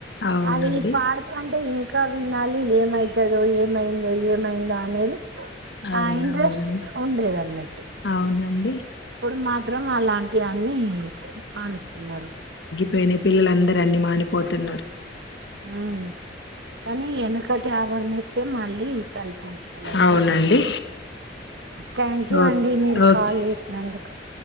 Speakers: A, on the left; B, on the right.
A: అవునండి
B: వాళ్ళు ఈ పాడుతంటే ఇ ఇంకా వినాలి ఏమయితదో ఏమైందో ఏమైందో అనేది
A: అవునవునండి
B: ఆ ఇంట్రెస్ట్ ఉండేది అన్నట్టు
A: అవునండి
B: అప్పుడు మాత్రం అలాంటి అన్ని అన్ కొన్నారు
A: పెని పిల్లలందరు అన్నీ మానిపోతున్నారు
B: హమ్ కానీ ఎనుకటి అవేర్నెస్ ఆయితే మళ్ళీ కల్పించాలండి
A: అవునండి
B: థ్యాంక్ యూ
A: ఓ
B: అండి మీరు
A: ఓకే
B: కాల్ చేసినందుకు